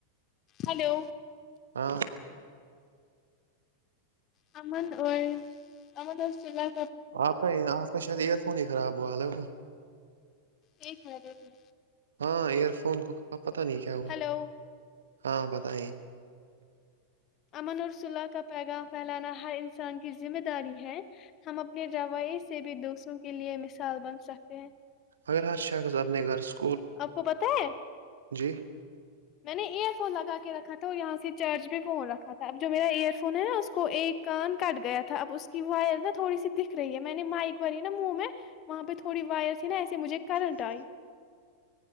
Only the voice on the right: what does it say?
ہاں
آپ کا آپ کا شاید ایئر فون ہی خراب ہے وہلو
ہاں ایئر فون کو اب پتا نہیں کیا ہوا
ہاں بتائی
اگر حر شخص اپنے گھر کو
اچھا